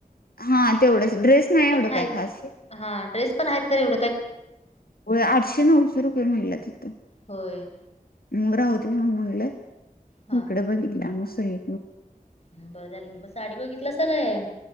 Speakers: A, on the left; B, on the left.
A: हा तेवढंच ड्रेस नाही
B: पण
A: एवढं
B: आहेत
A: काय खास.
B: हा ड्रेस पण आहेत एढं.
A: हो आठशे नऊशे रुपये म्हणला तिथं.
B: होय.
A: मग राहू दे मग म्हणलं
B: हा
A: इकडे बघितलं मस य
B: बरं झालं की मग साडी बघितलास काय?